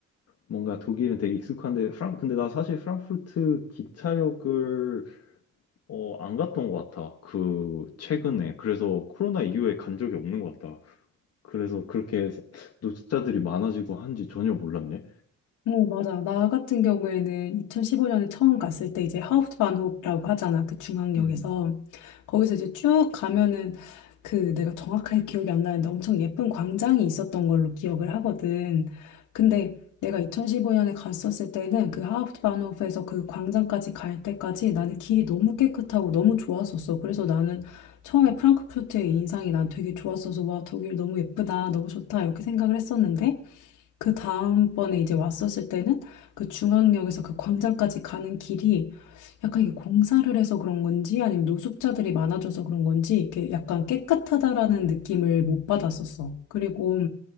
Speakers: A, on the left (about 55°); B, on the left (about 80°).
A: 뭔가 독일은 되게 익숙한데 프랑 근데 나 사실 프랑크푸르트 기차역을 어, 안 갔던 것 같아. 그, 최근에. 그래서 코로나 이후에 간 적이 없는 것 같다. 그래서 그렇게 해서 노숙자들이 많아지고 한지 전혀 몰랐네.
B: 어, 맞아. 나 같은 경우에는 2015년에 처음 갔을 때 이제 하우프트반호프라고 하잖아. 그 중앙역에서.
A: 음.
B: 거기서 이제 쭉 가면은 그 내가 정확하게 기억이 안 나는데 엄청 예쁜 광장이 있었던 걸로 기억을 하거든. 근데 내가 2015년에 갔었을 때는 그 하프트바노프에서 그 광장까지 갈 때까지 나는 길이 너무 깨끗하고 너무 좋았었어. 그래서 나는 처음에 프랑크푸르트의 인상이 난 되게 좋았어서 와, 독일 너무 예쁘다, 너무 좋다 이렇게 생각을 했었는데 그 다음번에 이제 왔었을 때는 그 중앙역에서 그 광장까지 가는 길이 약간 이게 공사를 해서 그런 건지 아니면 노숙자들이 많아져서 그런 건지 이렇게 약간 깨끗하다라는 느낌을 못 받았었어. 그리고